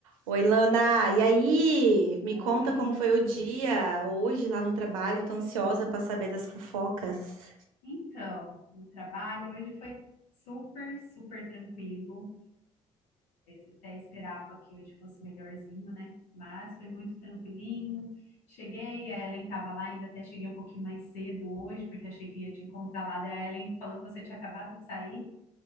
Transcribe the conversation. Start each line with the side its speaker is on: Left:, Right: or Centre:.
Right: Oi, Lana. E aí? Me conta
Left: Oi,
Right: como foi o dia hoje lá no trabalho.
Left: tudo bem?
Right: Tô ansiosa para saber das fofocas.
Left: Então, no trabalho hoje foi super, super tranquilo. Eu Até esperava que hoje fosse melhorzinho, né? Mas foi muito tranquilinho. Cheguei, a Ellen estava lá, ainda até cheguei um pouquinho mais cedo hoje, porque achei que ia te encontrar lá. Daí a Ellen falou que você tinha acabado de sair.